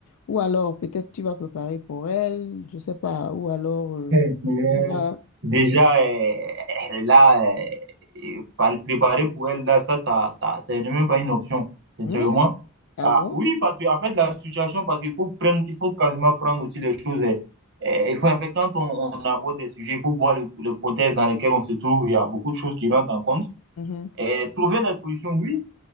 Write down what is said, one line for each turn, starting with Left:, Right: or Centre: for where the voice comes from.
Left: Ou alors, peut-être tu vas préparer pour elle, je sais pas. Ou alors, euh,
Right: Eh bien,
Left: tu vas...
Right: Déjà, euh, là, euh, et par le préparer pour elle, là, ça, ça, ça, c'est même pas une option, sincèrement.
Left: Hmm? Ah
Right: Ah,
Left: bon?
Right: oui, parce que, en fait, la situation, parce qu'il faut prendre, il faut quasiment prendre aussi les choses. euh, euh, il faut, en fait, quand on, on aborde des sujets, il faut voir le, le contexte dans lequel on se trouve. Il y a beaucoup de choses qui rentrent en compte.
Left: Mhm.
Right: Et trouver la solution, oui,